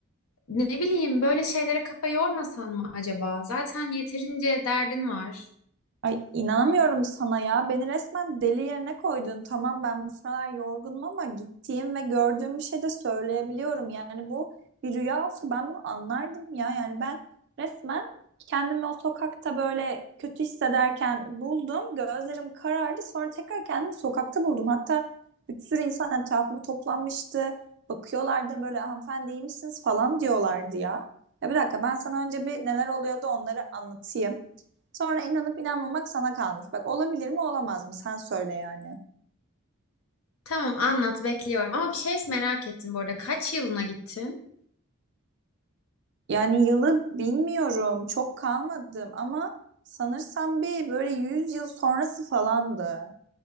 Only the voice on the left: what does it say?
Ne bileyim böyle şeylere kafa yormasan mı acaba? Zaten yeterince derdin var.
Tamam anlat bekliyorum ama bir şey merak ettim bu arada. Kaç yılına gittin?